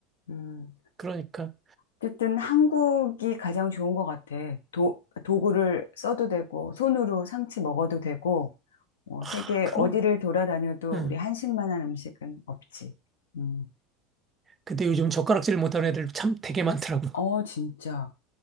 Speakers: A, on the left; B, on the right.
A: 음.
B: 그러니까
A: 어쨌든 한국이 가장 좋은 것 같아. 도, 도구를 써도 되고, 손으로 상치 먹어도 되고, 어, 세계
B: 아, 그럼.
A: 어디를 돌아다녀도
B: 응.
A: 우리 한식만한 음식은 없지. 음.
B: 근데 요즘 젓가락질 못하는 애들 참 되게 많더라고.
A: 어, 진짜.